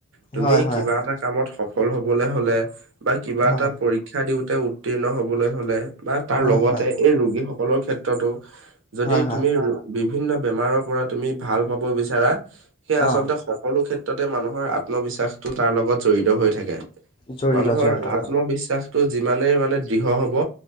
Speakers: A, on the right; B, on the left.
A: তুমি
B: হয় হয়
A: কিবা এটা কামত সফ সফল হ'বলৈ হ'লে বা কিবা
B: হয় হয়
A: এটা পৰীক্ষা দিওঁতে উত্তীৰ্ণ হ'বলৈ হ'লে বা তাৰ
B: হয়
A: লগতে এই ৰোগী সকলৰ ক্ষেত্ৰতো, যদি
B: হয় হয়
A: তুমি ৰো, বি বিভিন্ন বেমাৰৰ পৰা তুমি ভাল পাব বিচাৰা, সেয়া আচলতে
B: অ
A: সকলো ক্ষেএ ত্ৰতে মানুহৰ আত্মবিশ্বাসটো তাৰ লগত জড়িত হৈ থাকে।
B: জড়িত
A: মানুহৰ
B: জড়িত
A: আত্মবিশ্বাস
B: হয়
A: টো যিমানেই মানে দৃঢ় হ'ব,